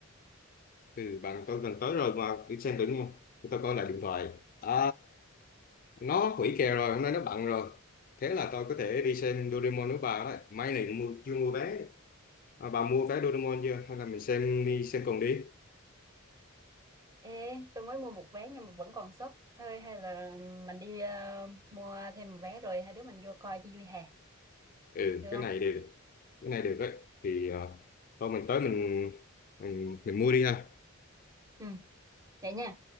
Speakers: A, on the left; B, on the right.
A: ừ bạn tôi gần tới rồi mà đi xem thử đúng không Để tôi coi lại điện thoại à nó hủy kèo rồi hôm nay nó bận rồi thế là tôi có thể đi xem Doraemon với bà đấy may này mua chưa mua vé à, bà mua vé Doraemon chưa hay là mình xem đi xem cùng đi
B: ê tôi mới mua một vé nhưng mà vẫn còn sốc thôi hay là mình đi à, mua thêm một vé rồi hai đứa mình vô coi cho vui hè
A: ừ
B: được
A: cái
B: không
A: này đều được cái này được đấy thì ờ, thôi mình tới mình mình, mình mua đi ha
B: ừ vậy nha